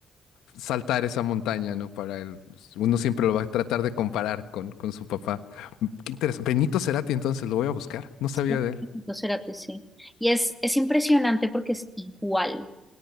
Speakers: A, on the left; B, in the centre.
A: saltar esa montaña, ¿no? Para él. pues, Uno siempre lo va a tratar de comparar con, con su papá. Qué interesante. Benito Cerati, entonces lo voy a buscar. No sabía
B: Sí,
A: de él.
B: Entonces, Cerati, sí. Y es, es impresionante porque es igual.